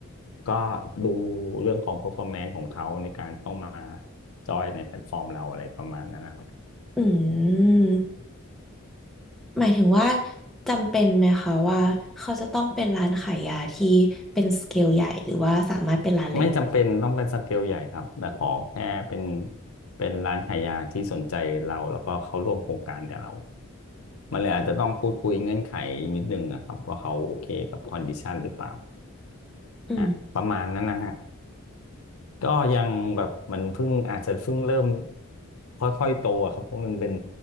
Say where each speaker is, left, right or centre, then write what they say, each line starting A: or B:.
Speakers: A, on the left; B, in the centre.
A: ก็ดูเรื่องของ performance ของเขาในการเข้ามาจอยในแพลตฟอร์มเราอะไรประมาณนั้นนะครับ
B: อืมหมายถึงว่าจำเป็นไหมคะว่าเขาจะต้องเป็นร้านขายยาที่เป็นสเกลใหญ่หรือว่าสามารถเป็นร้านเล็ก
A: ไม่จำเป็นต้องเป็นสเกลใหญ่ครับแต่ขอแค่เป็นเป็นร้านขายยาที่สนใจเราแล้วก็เขาร่วมโครงการกับเรามันเลยอาจจะต้องพูดคุยเงื่อนไขนิดนึงอะครับว่าเขาโอเคกับคอนดิชันหรือเปล่า
B: ๆอืม
A: อ่ะประมาณนั้นนะฮะ ก็ยังแบบมันเพิ่งอาจจะเพิ่งเริ่มค่อยๆโตอะครับเพราะมันเป็น